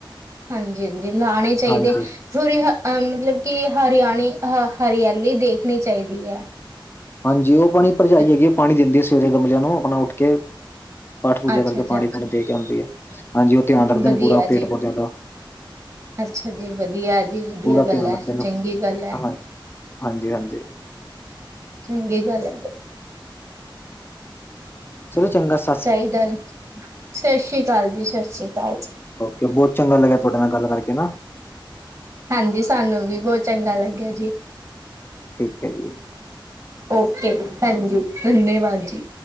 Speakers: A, on the right; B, on the left.
A: ਹਾਂਜੀ ਹਾਂਜੀ ਲਾਉਣੇ ਚਾਹੀਦੇ
B: ਹਾਂਜੀ
A: ਮਤਲਬ ਕਿ ਹਰਿਆਣੀ ਹ ਹਰਿਆਲੀ ਦੇਖਣੀ ਚਾਹੀਦੀ ਹੈ।
B: ਹਾਂਜੀ ਉਹ ਆਪਣੀ ਭਰਜਾਈ
A: ਅੱਛਾ
B: ਹੈਗੀ ਉਹ ਪਾਣੀ ਦਿੰਦੀ ਆ ਸਵੇਰੇ ਗਮਲਿਆਂ ਨੂੰ ਆਪਣਾ ਉੱਠ ਕੇ। ਪਾਠ ਪੂਜਾ
A: ਅੱਛਾ
B: ਕਰਕੇ ਪਾਣੀ
A: ਅੱਛਾ
B: ਪਾਣੀ ਦੇ ਕੇ ਆਉਂਦੀ ਹੈ ਹਾਂਜੀ ਉਹ ਧਿਆਨ ਰੱਖਦੇ
A: ਵਧੀਆ
B: ਨੇ ਪੂਰਾ ਪੇਟ
A: ਜੀ
B: ਪੌਦੇ ਦਾ।
A: ਅੱਛਾ ਜੀ ਵਧੀਆ ਜੀ ਵਧੀਆ
B: ਪੂਰਾ
A: ਗੱਲ
B: ਧਿਆਨ
A: ਹੈ
B: ਰੱਖਦੇ ਨੇ
A: ਚੰਗੀ ਗੱਲ ਹੈ।
B: ਹਾਂ ਹਾਂਜੀ ਹਾਂਜੀ।
A: ਚੰਗੀ ਗੱਲ ਹੈ।
B: ਚਲੋ ਚੰਗਾ ਸਗੋਂ।
A: ਚਾਹੀਦਾ ਸਤਿ ਸ੍ਰੀ ਅਕਾਲ ਜੀ ਸਤਿ ਸ੍ਰੀ ਅਕਾਲ ਜੀ।
B: ਓਕੇ ਬਹੁਤ ਚੰਗਾ ਲੱਗਿਆ ਤੁਹਾਡੇ ਨਾਲ ਗੱਲ ਕਰਕੇ ਨਾ
A: ਹਾਂਜੀ ਸਾਨੂੰ ਵੀ ਬਹੁਤ ਚੰਗਾ ਲੱਗਿਆ ਜੀ।
B: ਠੀਕ ਹੈ ਜੀ
A: ਓਕੇ ਭੈਣ ਜੀ, ਧਨਿਯਾਵਾਦ ਜੀ।